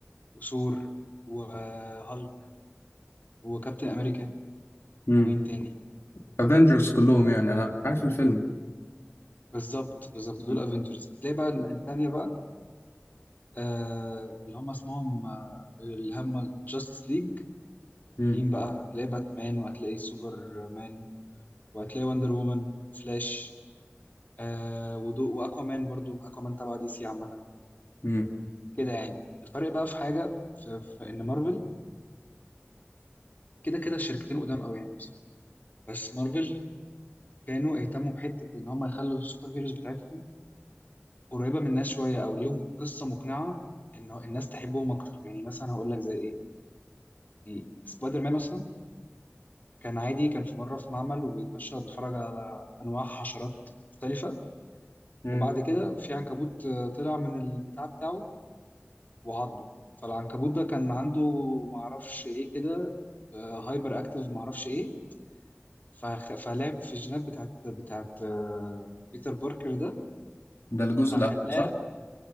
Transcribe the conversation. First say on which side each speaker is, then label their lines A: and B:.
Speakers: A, on the left; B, on the left.
A: وثور وهالك وكابتن امريكا
B: امم
A: ومين تاني
B: افنجرز كلهم يعني
A: آه،
B: انا عارف الفيلم
A: بالظبط بالظبط دول
B: مم.
A: افنجرز هتلاقي بقى التانية بقى آه اللي هم اسمهم آه اللي هم جاستس ليج
B: مم.
A: مين بقى هتلاقي باتمان وهتلاقي سوبرمان وهتلاقي وندر وومن فلاش آه ودو واكوامان برضو اكوامان تبع دي سي عامة
B: مم.
A: كده يعني الفرق بقى في حاجة في, في ان مارفل كده كده الشركتين قدام قوي يعني بصراحة بس مارفل كانوا اهتموا بحتة ان هم يخلوا السوبر هيروز بتاعتهم قريبة من الناس شوية او ليهم قصة مقنعة انه الناس تحبهم اكتر يعني مثلا هقول لك زي ايه يعني سبايدر مان مثلا كان عادي كان في مرة في معمل وبيتمشى وبيتفرج على أنواع حشرات مختلفة
B: مم.
A: وبعد كده في عنكبوت آه، طلع من البتاع بتاعه وعضه فالعنكبوت ده كان عنده معرفش إيه كده هايبر أكتيف معرفش إيه فخ- فلعب في الجينات بتاعت بتاعت آه، بيتر باركر ده
B: ده الجزء
A: فخلاه
B: الاول صح